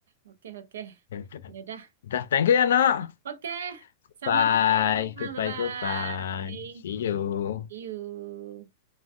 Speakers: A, on the right; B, on the left.
A: oke, oke.
B: Ya udah.
A: Ya udah.
B: Udah, thank you ya, Nok.
A: Oke, sama-sama.
B: Bye. Goodbye,
A: Bye-bye.
B: goodbye.
A: See
B: See you.
A: you.